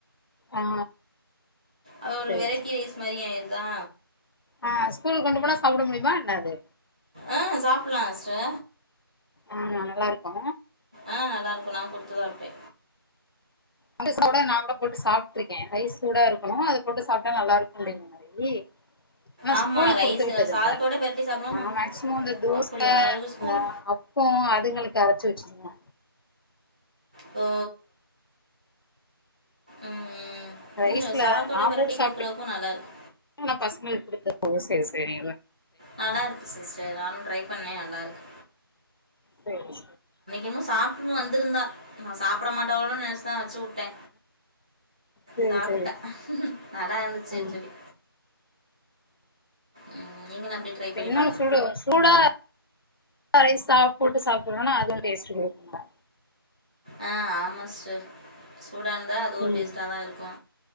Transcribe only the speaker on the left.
ஆ
சரி
சரி
ஆ ஸ்கூலுக் கொண்டு போனா சாப்ட முடிமா என்ன அது
ஆ நல்லா இருக்கு
<inaudible> நா கூட போட்டு சாப்ட்ருக்கே ரைஸ் சூடா இருக்கணு அதப் போட்டு சாப்ட்டா நல்லாருக்கு அப்டின்ற மாரி ஆனா
ஸ்கூலுக்
குடுத்து விட்டதில்ல
நா மேக்சிமம் இந்த தோச
இந்த அப் பொ அதுங்களுக்கு அரச்சு வச்சுருவ
ரைஸ்ல
நா
போட்டு
சாப்ட்டுருக்கேன்
ஆனா பசங்களுக்கு குடுத்த <inaudible> ஓ சேரி சேரி
சேரி
சரி
சரி
ஆ
என்ன
சூடு சூடா <unintelligible> ரைஸ் சாப்புட்டு சாப்புட்றோனா அதுவு டேஸ்ட்டு குடுக்குங்க
ம்